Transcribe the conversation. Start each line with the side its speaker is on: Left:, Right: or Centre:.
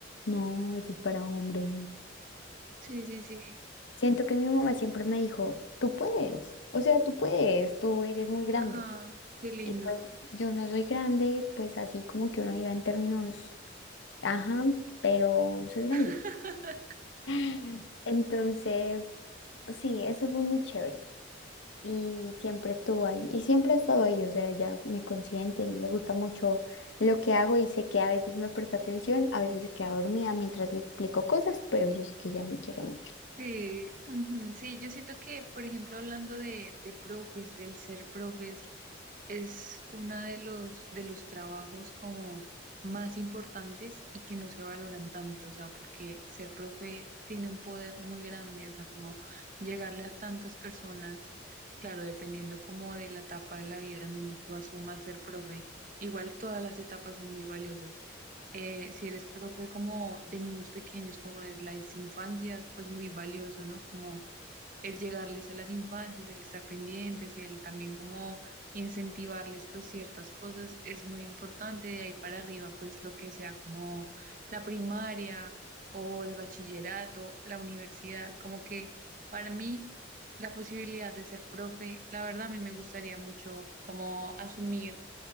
Left: no, eso es para hombres.
Right: Sí, sí, sí.
Left: Siento que mi mamá siempre me dijo, tú puedes, o sea, tú puedes, tú eres muy grande.
Right: Ajá, qué lindo.
Left: Y pues yo no soy grande, pues así como que uno diga en términos, ajá, pero soy grande.
Right: <laughs>
Left: <gasps> <laughs> Entonces, sí, eso fue muy chévere. Y siempre estuvo ahí, y siempre ha estado ahí, o sea, ella me consiente y le gusta mucho lo que hago y sé que a veces me presta atención, a veces se queda dormida mientras le explico cosas, pero yo sé que ella me quiere mucho.
Right: Sí, ujú, sí, yo siento que, por ejemplo, hablando de, de profes, del ser profes, es uno de los, de los trabajos como más importantes y que no se valoran tanto, o sea, porque ser profe tiene un poder muy grande, o sea, como llegarle a tantas personas, claro, dependiendo como de la etapa de la vida en donde tú asumas ser profe, igual todas las etapas son muy valiosas eh, si eres profe como de niños pequeños, como de las infancias, pues muy valioso, ¿no? Como el llegarles a las infancias, el estar pendientes, el también como incentivarles pues ciertas cosas es muy importante. De ahí para arriba, pues lo que sea como la primaria o el bachillerato, la universidad, como que para mí la posibilidad de ser profe, la verdad a mí me gustaría mucho como asumir